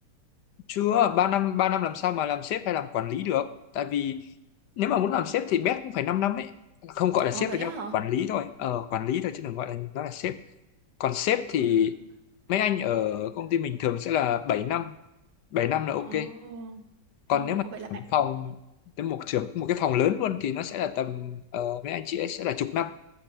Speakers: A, on the left (about 75°); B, on the right (about 85°).
A: chưa 3 năm 3 năm làm sao mà làm sếp hay làm quản lý được tại vì nếu mà muốn làm sếp thì bét cũng phải 5 năm ấy không gọi là
B: Ồ
A: sếp
B: vậy
A: với nhau
B: á hả?
A: quản lý thôi ờ quản lý thôi chứ đừng gọi là nó là sếp còn sếp thì
B: Ừ.
A: mấy anh ở công ty mình thường sẽ là bảy năm 7 năm là ok
B: Ồ.
A: còn
B: Ừ,
A: nếu mà
B: ủa vậy là bạn
A: phòng đến một trưởng một cái phòng lớn luôn thì nó sẽ là tầm ờ, mấy anh chị ấy sẽ là chục năm